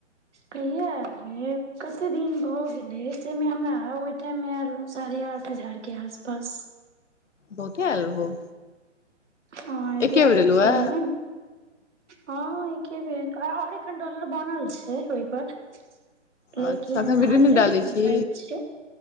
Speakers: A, on the right; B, on the left.
A: कहिया आएल रहै कते दिन भऽ गेलै तै मे हमरा ओय टाइम मे आएल रहौ साढ़े आठ हजार के आसपास।
B: बहुते आएल रहौ।
A: हाँ एतबा
B: एके बेर
A: आएल
B: एलहुँ
A: छलै
B: ए
A: नै। हां एकेबेेर आ आर एखन डॉलर बनल छै ओय पर। लेकिन
B: अच्छा एखन वीडियो
A: हंड्रेड
B: नहि डालै
A: नै
B: छी
A: सायद छै।